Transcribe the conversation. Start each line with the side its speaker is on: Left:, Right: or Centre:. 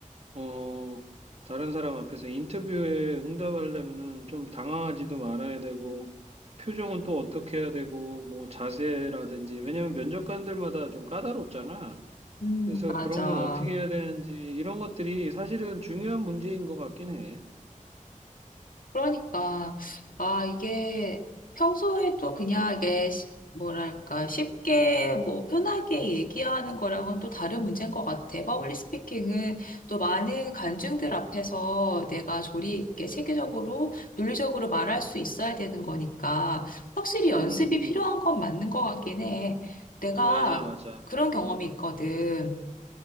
Right: 어, 다른 사람 앞에서 인터뷰에 응답하려면은 좀 당황하지도 말아야 되고, 표정은 또 어떻게 해야 되고, 뭐 자세라든지, 왜냐면 면접관들마다 좀 까다롭잖아.
Left: 음,
Right: 그래서
Left: 맞아.
Right: 그런 건 어떻게 해야 되는지, 이런 것들이 사실은 중요한 문제인 것 같긴 해.
Left: 그러니까, 아, 이게 평소에 또 그냥 이게 시- 뭐랄까, 쉽게 뭐 편하게 얘기하는 거랑은 또 다른 문제인 것 같아. 퍼블릭 스피킹은 또 많은 관중들 앞에서 내가 조리 있게 체계적으로, 논리적으로 말할 수 있어야 되는 거니까 확실히 연습이
Right: 음,
Left: 필요한 건 맞는 것 같긴 해. 내가
Right: 맞아, 맞아.
Left: 그런 경험이
Right: 음,
Left: 있거든.